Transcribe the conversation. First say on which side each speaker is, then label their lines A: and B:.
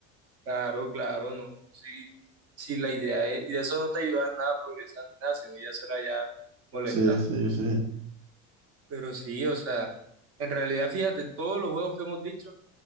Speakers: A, on the right (about 40°); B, on the right (about 70°).
A: Claro, claro, no. Sí, sí, la idea es, y eso no te ayuda en nada a progresar ni nada, sino ya será ya molestar.
B: Sí, sí, sí.
A: Pero sí, o sea, en realidad, fíjate, todos los juegos que hemos dicho,